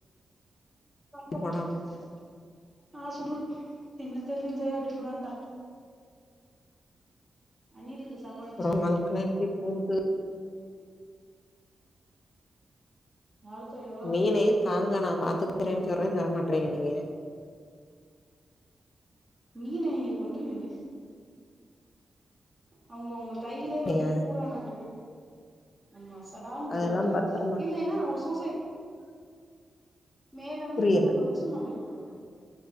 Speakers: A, on the right; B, on the left.
A: <unintelligible>
B: போடாம
A: ஆ சுடுது என்னத்த செஞ்ச டிஃபரெண்டா அணிலிக்கு சாப்பா
B: அப்புறோ வாழ்க்கல எப்டி போகுது
A: நாள்களையோ
B: மீனேதாங்க நா பாத்துக்கிறேன்னு சொல்றே தரமாட்டறீங்க நீங்க
A: மீனை நீங்க கொண்டுருவீங்க அவங்க உங்க கையிலே
B: நீங்க
A: ஒரு பூறான பொட்டு ஆமா சடான்னு போடுவாப்ல
B: அதெல்லா பத்திரமா
A: இல்லைனா சூசைடி மேல இருந்து
B: புரியல
A: கீழ குதிச்சு மண்டய போட்ருவா